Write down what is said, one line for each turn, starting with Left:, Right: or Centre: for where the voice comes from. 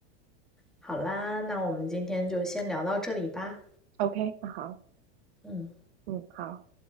Centre: 好啦，那我们今天就先聊到这里吧。
Right: OK，那好，
Centre: 嗯。
Right: 嗯，好。